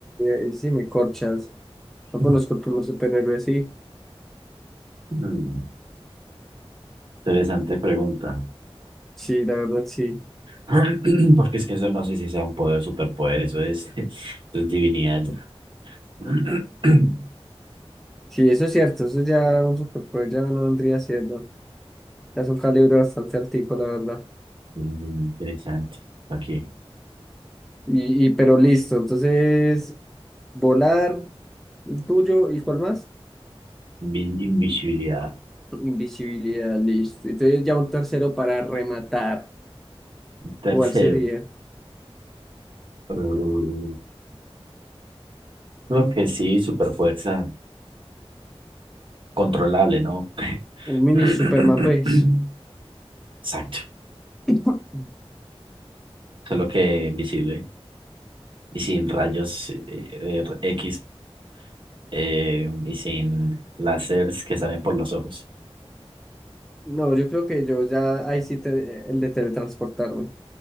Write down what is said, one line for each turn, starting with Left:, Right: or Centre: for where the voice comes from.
Centre: ahí sí me corchas.
Right: <laughs>
Centre: No conozco el primer superhéroe, sí.
Right: Mm, Interesante pregunta.
Centre: Sí, la verdad, sí.
Right: <clears throat> Porque es que eso no sé si sea un poder, superpoder, eso es, <laughs> eso es divinidad. <clears throat>
Centre: Sí, eso es cierto, eso ya un superpoder ya no vendría siendo. Ya es un calibre bastante altico, la verdad.
Right: Mm, Interesante. Aquí,
Centre: Y, y pero listo, entonces, volar, el tuyo, ¿y cuál más?
Right: Invi- invisibilidad.
Centre: Invisibilidad, listo. Entonces ya un tercero para rematar.
Right: Tercero,
Centre: ¿Cuál sería?
Right: eh, creo que sí, superfuerza controlable, ¿no?
Centre: Un mini
Right: <clears throat> <laughs>
Centre: Superman, pues.
Right: Exacto,
Centre: <coughs>
Right: solo que invisible y sin rayos eh, eh, X eh, y sin láseres que salen por los ojos.
Centre: No, yo creo que yo ya, ahí sí, te- el de teletransportarme.